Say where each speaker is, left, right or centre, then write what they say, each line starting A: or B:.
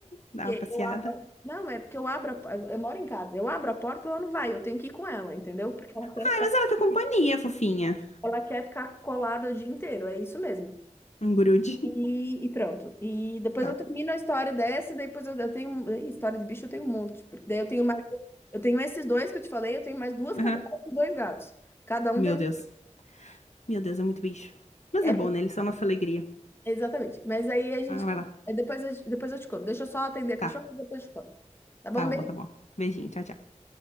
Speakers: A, on the left; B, on the left.
A: Dá
B: E
A: uma passeada.
B: eu abro... Não, é porque eu abro a... po- eu moro em casa. Eu abro a porta, ela não vai. Eu tenho que ir com ela, entendeu? Porque ela quer,
A: Ai, mas ela quer companhia, fofinha.
B: ela quer ficar colada o dia inteiro. É isso mesmo.
A: Um grude.
B: E, e pronto. E depois
A: Tá.
B: eu termino a história dessa, daí depois eu, eu tenho. Ih, história de bicho eu tenho um monte. Porque daí eu tenho mais. Eu tenho esses dois que eu te falei, eu tenho mais duas
A: Aham.
B: cadelas e dois gatos. Cada um
A: Meu
B: tem um.
A: Deus. Meu Deus, é muito bicho. Mas
B: É,
A: é bom, né? Eles são a nossa alegria.
B: exatamente. Mas aí a gente.
A: Ah, vai lá.
B: é, Depois, a gente- depois eu te conto. Deixa eu só atender a cachorra
A: Tá.
B: e depois eu te conto. Tá bom?
A: Tá
B: Beijo.
A: bom, tá bom. Beijinho, tchau, tchau.